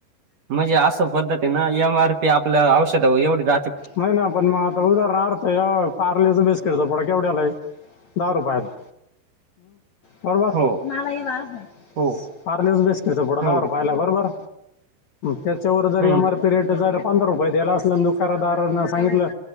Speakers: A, on the right (about 55°); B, on the left (about 60°).
A: म्हणजे असं पद्धती ना एम आर पी आपल्या औषध एवढी रा
B: नाही ना पण मग आता उदाहरणार्थ आहे पार्लेच बिस्किटचा पुढा केवढ्याला आहे दहा रुपयाला बरोबर
A: हो
B: म
A: हो
B: पारलेच बिस्कीटचा पुढा
A: हो
B: रुपयाला आहे बरोबर त्याच्यावर जर
A: hmm
B: M R P rate पंधरा रुपये द्यायला असला दुकानदार सांगितलं